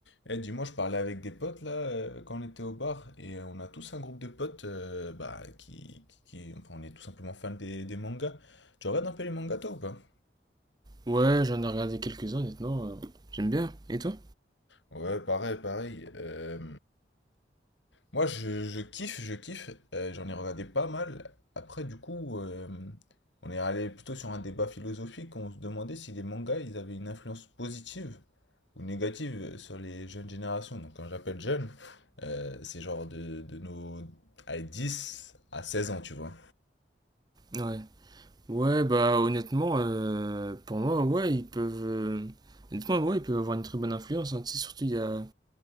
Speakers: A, on the left; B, on the right.
A: Eh, dis-moi, je parlais avec des potes là euh, quand on était au bar et euh, on a tous un groupe de potes euh, bah, qui, qui, qui- enfin, on est tout simplement fans des, des mangas. Tu regardes un peu les mangas toi ou pas?
B: Ouais, j'en ai regardé quelques-uns, honnêtement. euh, j'aime bien. Et toi?
A: Ouais, pareil, pareil. Euh, moi, je, je kiffe, je kiffe. Euh, j'en ai regardé pas mal. Après, du coup, euh, on est allé plutôt sur un débat philosophique. On se demandait si les mangas, ils avaient une influence positive ou négative sur les jeunes générations. Donc quand j'appelle jeune, euh, c'est genre de, de nos à 10 à 16 ans, tu vois.
B: Ouais. Ouais, bah honnêtement, euh, pour moi, ouais, ils peuvent. euh, honnêtement, ouais, ils peuvent avoir une très bonne influence. hein. Tu sais, surtout, il y a,